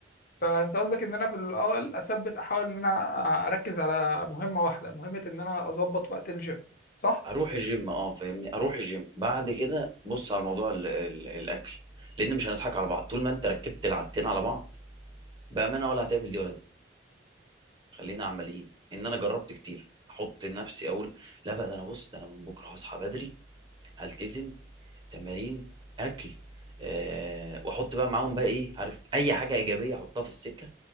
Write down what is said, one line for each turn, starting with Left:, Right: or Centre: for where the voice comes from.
Left: فانت قصدك ان انا في الاول اثبت احاول ان انا اركز على مهمه واحده مهمه ان انا اظبط وقت الجيم صح
Right: اروح الجيم اه فاهمني اروح الجيم بعد كده بص على موضوع ال- ال- الاكل لان مش هنضحك على بعض طول ما انت ركبت العادتين على بعض بامانه ولا هتعمل دي ولا دي خلينا عمليين ان انا جربت كتير احط نفسي اقول لا بقى ده انا بص ده انا من بكره هصحى بدري هلتزم تمارين اكل أه واحط بقى معاهم بقى ايه عارف اي حاجه ايجابيه احطها في السكه